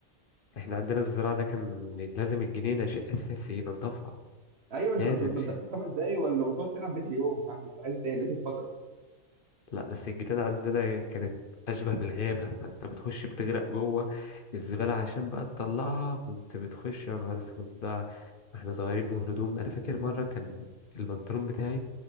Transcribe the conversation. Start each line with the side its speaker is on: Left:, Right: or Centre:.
Left: إحنا عندنا الزراعة ده كان لازم الجنينة شيء أساسي ينضفها
Right: ايوه انت
Left: لازم
Right: كنت بتنضفها
Left: شيء
Right: في خمس دقايق ولا وتقعد تلعب بيت اليوم يا عم انت عايز تاني بقيت بفتره
Left: لا بس الجنينة عندنا كانت أشبه بالغابة فأنت بتخش بتغرق جوه الزبالة عشان بقى تطلعها كنت بتخش يا نهار أسود بقى واحنا صغيرين والهدوم أنا فاكر مرة كان البنطلون بتاعي